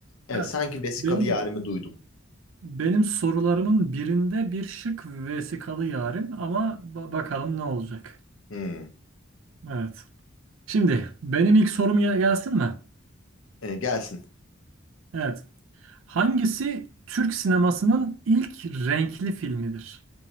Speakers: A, on the left (about 80°); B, on the right (about 70°).
A: Evet,
B: Ya,
A: sanki Vesikalı
B: benim
A: Yarim'i duydum.
B: benim sorularımın birinde bir şık vesikalı yarim ama ba- bakalım ne olacak.
A: Hmm.
B: Evet. Şimdi benim ilk sorum ya- gelsin mi?
A: E, gelsin.
B: Evet. Hangisi Türk sinemasının ilk renkli filmidir?